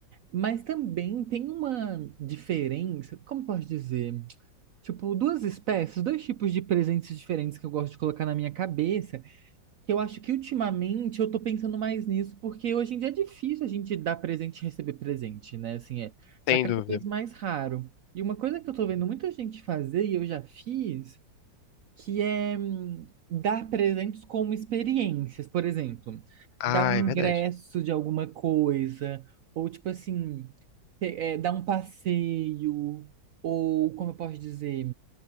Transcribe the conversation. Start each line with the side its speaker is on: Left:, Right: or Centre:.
Right: Mas também tem uma diferença, como posso dizer? Tipo, duas espécies, dois tipos de presentes diferentes que eu gosto de colocar na minha cabeça, que eu acho que ultimamente eu tô pensando mais nisso, porque hoje em dia é difícil a gente dar presente e receber presente, né? Assim, é,
Left: Sem
Right: tá cada
Left: dúvida.
Right: vez mais raro. E uma coisa que eu tô vendo muita gente fazer e eu já fiz que é hum, dar presentes como experiências, por exemplo,
Left: Ah,
Right: dar um
Left: é verdade.
Right: Ah, ingresso de alguma coisa, ou tipo assim, pe- é, dar um passeio, ou como eu posso dizer,